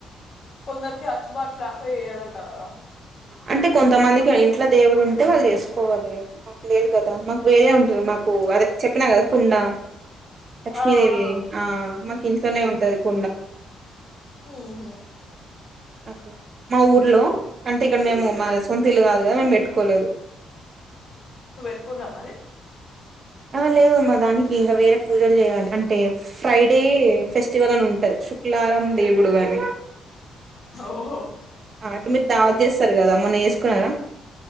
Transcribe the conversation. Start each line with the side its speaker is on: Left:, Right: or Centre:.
Left: కొందరికి అచ్చుబాటు రాక చేయరంట కదా
Right: అంటే కొంతమందికి ఇంట్లో దేవుడు ఉంటే వాళ్ళు చేసుకోవాలి మాకు లేదు కదా మాకు వేరే ఉంటుంది మాకు అదే చెప్పినా కదా కుండా లక్ష్మీదేవి
Left: ఆ ఆ
Right: ఆ మాకు ఇంట్లోనే ఉంటది కుండ
Left: ఆ హ
Right: అట్లా మా ఊర్లో అంటే ఇక్కడ మేము మా సొంతిల్లు కాదు కదా మేము పెట్టుకోలేదు
Left: ఇప్పుడు పెట్టుకుర్రా మరి
Right: ఆ లేదమ్మా దానికి ఇంకా వేరే పూజలు చేయాలి అంటే ఫ్రైడే ఫెస్టివల్ అని ఉంటది శుక్లవారం దేవుడు గాని
Left: ఓహ
Right: అంటే మీరు దావత చేస్తారు కదా మొన్న చేసుకున్నారా